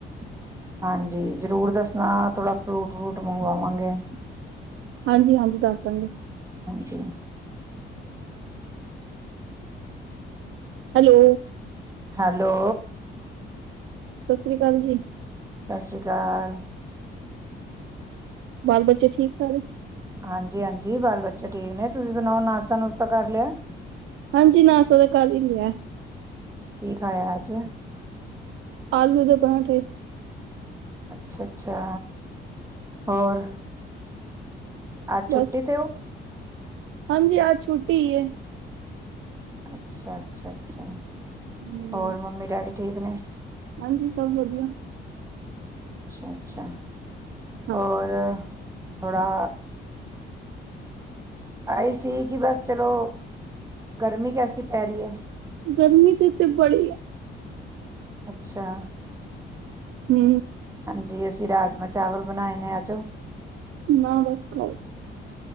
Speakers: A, on the right; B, on the right.
A: <unintelligible>
B: ਹਾਂਜੀ-ਹਾਂਜੀ, ਦੱਸਦਾਂਗੇ।
A: ਠੀ
B: ਹੈਲੋ,
A: ਹੈਲੋ,
B: ਸਸ ਰੀ ਅਕਾਲ ਜੀ।
A: ਸਸ ਰੀ ਕਾਲ।
B: ਬਾਲ ਬੱਚੇ ਠੀਕ ਸਾਰੇ।
A: ਹਾਂਜੀ-ਹਾਂਜੀ, ਬਾਲ ਬੱਚੇ ਠੀਕ ਨੇ ਤੁਸੀਂ ਸੁਣਾਓ ਨਾਸ਼ਤਾ ਨੁਸ਼ਤਾ ਕਰ ਲਿਆ।
B: ਹਾਂਜੀ, ਨਾਸਤਾ ਤਾ ਕਰ ਹੀ ਲਿਆ।
A: ਕੀ ਖਾਇਆ ਅੱਜ
B: ਆਲੂ ਦੇ ਪਰਾਂਠੇ
A: ਅੱਛਾ-ਅੱਛਾ, ਹੋਰ ਅੱਜ
B: ਬਸ।
A: ਛੁੱਟੀ ਤੇ ਔ
B: ਹਾਂਜੀ ਅਜ ਛੁੱਟੀਏ
A: ਅੱਛਾ, ਅੱਛਾ, ਅੱਛਾ।
B: ਹੂੰ,
A: ਹੋਰ ਮੰਮੀ ਡੈਡੀ ਠੀਕ ਨੇ
B: ਹਾਂਜੀ ਸਭ ਵਧੀਆ
A: ਅੱਛਾ, ਅੱਛਾ
B: ਹਾਂ
A: ਹੋਰ ਥੋੜ੍ਹਾ ਆਈ ਸੀ ਕਿ ਬਸ ਚਲੋ ਗਰਮੀ ਕੈਸੀ ਪੈ ਰਹੀ ਹੈ।
B: ਗਰਮੀ ਤਾਂ ਇਥੇ ਬੜੀ ਆ
A: ਅੱਛਾ।
B: ਹੁੰ।
A: ਜੀ ਅਸੀਂ ਰਾਜਮਾ ਚਾਵਲ ਬਣਾਏ ਨੇ ਆਜੋ
B: ਨਾ ਬਸ ਖ